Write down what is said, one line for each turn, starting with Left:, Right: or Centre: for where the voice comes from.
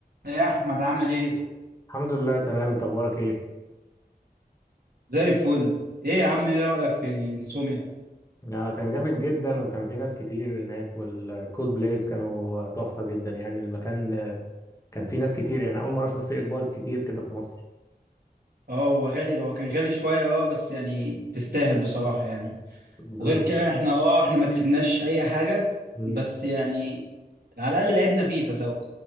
Right: يا احمد عامل ايه
Left: الحمد لله تمام انت اخبارك ايه
Right: زي الفل ايه يا عم ايه رأيك في انسوميا
Left: آه، كان جامد جدا وكان في ناس كتير هناك والكوز بلايز كانوا تحفة جدا يعني المكان آه، كان في ناس كتير يعني اول مرة اشوف فيه اقبال كتير كده في مصر
Right: اه هو غالي هو كان غالي شوية اه بس يعني تستاهل بصراحة يعني
Left: بالظبط
Right: وغير كده احنا اه احنا ما كسبناش اي حاجة
Left: مم.
Right: بس يعني على الأقل لعبنا فيفا سوا